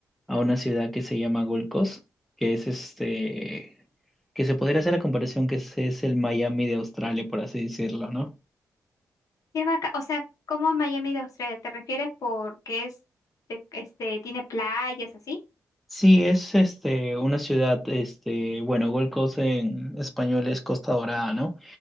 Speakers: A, in the centre; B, on the left.
A: a una ciudad que se llama Gold Coast, que es este, que se podría hacer la comparación que es, es el Miami de Australia, por así decirlo, ¿no?
B: qué vaca. O sea, ¿cómo Miami de Australia? ¿Te refieres porque es, de- este, tiene playas así?
A: Sí, es este una ciudad, este, bueno, Gold Coast en español es Costa Dorada, ¿no?